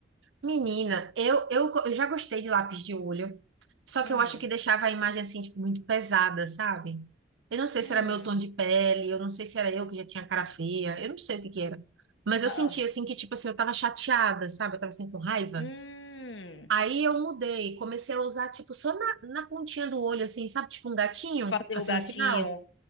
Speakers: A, on the right (about 80°); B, on the left (about 85°).
A: Menina, eu, eu, eu já gostei de lápis de olho. Só que
B: Hum,
A: eu acho que deixava a imagem assim, tipo, muito pesada, sabe? Eu não sei
B: hum,
A: se era meu tom de pele, eu não sei se era eu que já tinha cara feia, eu não sei o que que era. Mas eu
B: ah,
A: sentia
B: ah,
A: assim que, tipo assim, eu tava chateada, sabe? Eu tava assim com raiva.
B: hum.
A: Aí eu mudei, comecei a usar, tipo, só na, na pontinha do olho, assim, sabe? Tipo um gatinho,
B: Pra Fazer
A: assim,
B: o gatinho,
A: no final.